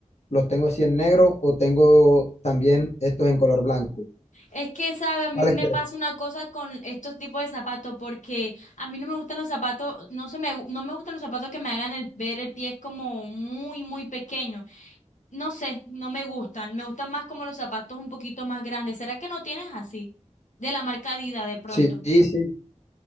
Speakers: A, on the left; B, on the left.
A: los tengo así en negro o tengo también estos en color blanco.
B: Es que, sabe, a mí
A: ¿Cuáles
B: me
A: quieres?
B: pasa una cosa con estos tipos de zapatos, porque a mí no me gustan los zapatos, no se me, gu- no me gustan los zapatos que me hagan el, ver el pie es como muy, muy pequeño. No sé, no me gustan. Me gustan más como los zapatos un poquito más grandes. ¿Será que no tienes así? De la marca Adidas de pronto.
A: Sí, sí, sí.